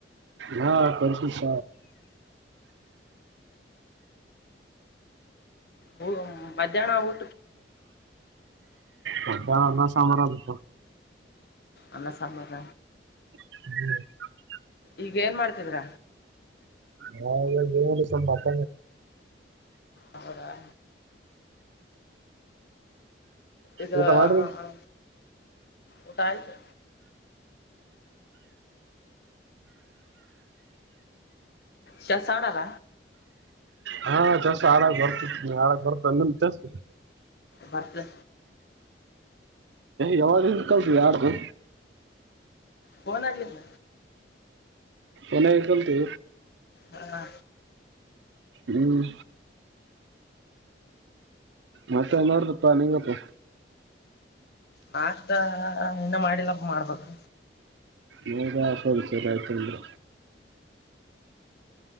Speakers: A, on the right (about 85°); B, on the left (about 60°).
A: ಹಾ ಕಸು ಸ
B: ಊ ಮಧ್ಯಾಹ್ನ ಊ
A: ಮತ್ತ ಅನ್ನ ಸಾಂಬಾರದು
B: ಅ ಸಮದ
A: ಹ್ಮ್
B: ಈಗ ಏನ್ ಮಾಡ್ತಿದ್ರ
A: ಹಾ ಎ ಜವ ರ ಸಂಭಾತ
B: ಅವೌರ ಇದು
A: ಊಟ ಮಾಡ್ರಿ
B: ಹ ಹಾ ಊಟ ಆಯ್ತು ಚೆಸ್ ಆಡಣ್ಣ
A: ಹಾ ಚಸ ಆಡಾಗ ಬರ್ತಿತಿ ಆಡಾಗ ಬರ್ತ ನಮರ್ಸ
B: ಮತ ರಿ
A: ಯಾವಾಗಿಂದ ಕಲ್ಸ ಯಾರ್ದು
B: ಕನ್ ಆಗಲಿಲ್ಲ
A: ಒ ಿಕಲ್ತಿ
B: ಹಾ
A: ಹ್ಮ್ ಮತ್ತೆ ನೋಡ್ದಪ್ಪಾ ನಿಂಗಪ್ಪಾ
B: ನಾಷ್ಟ ಇನ್ನ ಮಾಡಿಲ್ಲಪ್ಪ ಮಾಡ್ಬೇಕು
A: ನೀಗ ಆಫರ್ ವಿಚರಿ ಆಯ್ತನ್ರಿ